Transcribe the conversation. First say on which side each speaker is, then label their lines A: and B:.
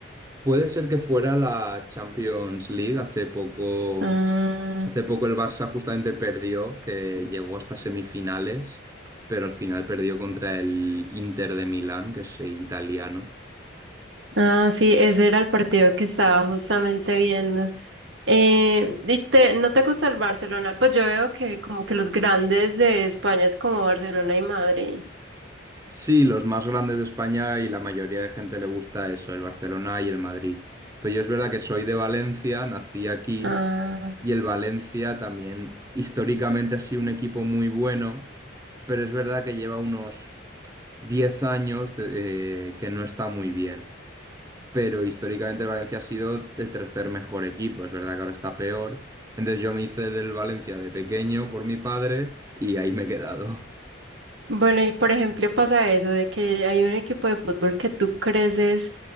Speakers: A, on the right; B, on the right.
A: Puede ser que fuera la Champions League hace poco.
B: Ah,
A: Hace poco el Barça justamente perdió, que llegó hasta semifinales, pero al final perdió contra el Inter de Milán, que es eh, italiano.
B: ah, sí, ese era el partido que estaba justamente viendo. Eh, ¿y te- no te gusta el Barcelona? Pues yo veo que como que los grandes de España es como Barcelona y Madrid.
A: Sí, los más grandes de España y la mayoría de gente le gusta eso, el Barcelona y el Madrid. Pero yo es verdad que soy de Valencia, nací aquí
B: Ah,
A: y el Valencia también históricamente ha sido un equipo muy bueno, pero es verdad que lleva unos 10 años de- eh, que no está muy bien. Pero históricamente el Valencia ha sido el tercer mejor equipo, es verdad que ahora está peor. Entonces yo me hice del Valencia de pequeño por mi padre y ahí me he quedado.
B: Bueno, y por ejemplo pasa eso de que hay un equipo de fútbol que tú creces